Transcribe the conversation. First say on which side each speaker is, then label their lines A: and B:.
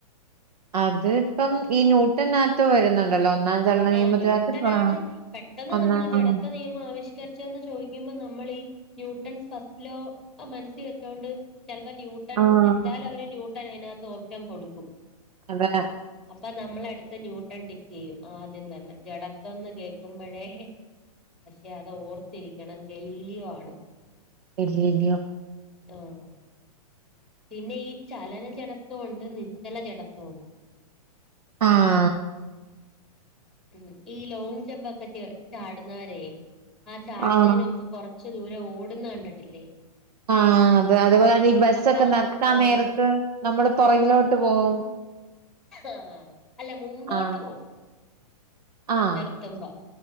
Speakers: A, on the right (about 80°); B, in the centre.
A: അത് ഇപ്പം ഈ ന്യൂട്ടനാത്ത് വരുന്നുണ്ടല്ലോ ഒന്നാം ചലന
B: ആഹ്
A: നിയമത്തിനകത്ത്
B: ന്യൂട്ടനാണ്
A: ആഹ്
B: പെട്ടെന്ന്
A: ഒന്നാം
B: നമ്മൾ ജഡത്വ
A: ആഹ്
B: നിയമം മം ആവിഷ്കരിച്ചേന്ന് ചോദിക്കുമ്പോ നമ്മളീ ന്യൂട്ടൺസ് ഫസ്റ്റ് ലോ മനസ്സിൽ വെച്ചോണ്ട് ചിലപ്പോ ന്യൂ ന്യൂട്ടൺ
A: ആഹ്
B: എന്തായാലും അവര് ന്യൂട്ടൺ അതിനാത്ത് ഓപ്ഷൻ കൊടുക്കും
A: അതെ
B: അപ്പൊ നമ്മളടുത്തെ ന്യൂട്ടൺ ടിക്കെയ്യും ആദ്യം തന്നെ ജഡത്വന്ന് കേക്കുമ്പഴേ പക്ഷെ അത് ഓർത്തിരിക്കണം ഗലീലിയോ ആണ്
A: ഗലീലിയോ
B: ആഹ് പിന്നെ ഈ ചലന ജഡത്വോ ഒണ്ട് നിശ്ചല ജഡത്വം ഒണ്ട്
A: ആഹ്
B: ഉം ഈ ലോങ്ങ് ജംമ്പൊക്കെ ച് ചാടുന്നവരെ ആ ചാടുന്നേന്
A: ആഹ്
B: മുമ്പ് കൊറച്ച് ദൂരം ഓടുന്ന കണ്ടിട്ടില്ലേ?
A: ആഹ് അത് അതുപോലെ തന്നെ ഈ ബസ്സൊക്കെ
B: അപ്പ
A: നിർത്താൻ
B: ആഹ്
A: നേരത്ത് നമ്മള് പൊറകിലോട്ട് പോകും
B: ആഹ് അല്ല മുമ്പോട്ട്
A: ആഹ്
B: പോവും
A: ആഹ്
B: നിർത്തുമ്പോ